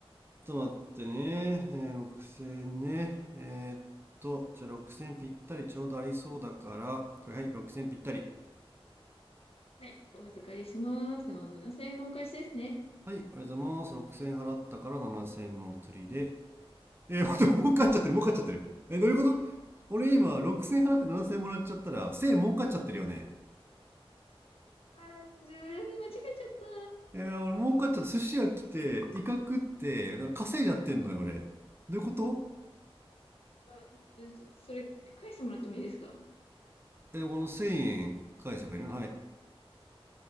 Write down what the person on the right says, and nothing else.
ちょっと待ってね、えー、6000円ねえーっとじゃあ6000円ぴったりちょうどありそうだからはいはい6000円ぴったり
はいありがとうございます6000円払ったから7000円のお釣りでえー、待って儲かっちゃってる儲かっちゃってるえーどういうこと俺今6000円払って7000円もらっちゃったら1000円儲かっちゃってるよね
えー、俺儲かっちゃって寿司屋来てイカ食って稼いじゃってんのよ俺どういうこと
え、この1000円返せばいいのはい。